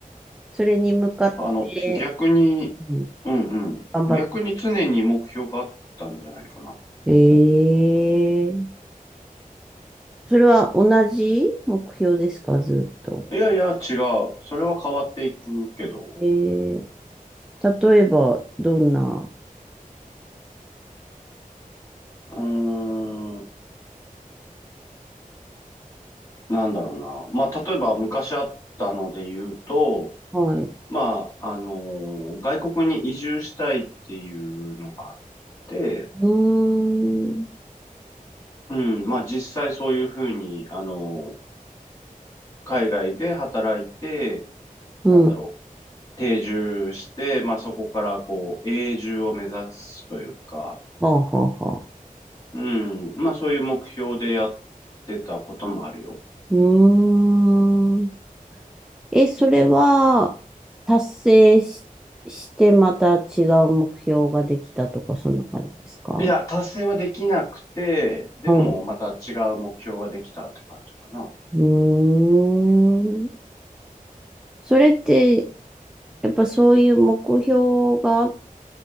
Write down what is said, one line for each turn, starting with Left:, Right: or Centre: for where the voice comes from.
Centre: それに向かって、
Left: あの、逆に、
Centre: うん
Left: うんうん。
Centre: 頑張って。
Left: 逆に常に目標があったんじゃないかな。
Centre: ええそれは同じ目標ですか、ずっと。
Left: いやいや、違う。それは変わっていくけど。
Centre: ええ例えば、どんな、
Left: うーん。なんだろうな。まあ、例えば昔あったので言うと、
Centre: はい。
Left: まあ、あの外国に移住したいっていうのがあって、
Centre: うーん。
Left: うん、まあ実際そういうふうに、あの海外で働いて、
Centre: うん。
Left: なんだろう、定住して、まあそこからこう、永住を目指すというか、
Centre: はあ、はあ、はあ。
Left: うん、まあそういう目標でやってたこともあるよ。
Centre: うーん。え、それは、達成し、してまた違う目標ができたとか、そんな感じですか
Left: いや、達成はできなくて、でもまた違う目標ができたって感じかな。
Centre: はい。うーん。それって、やっぱそういう目標があっ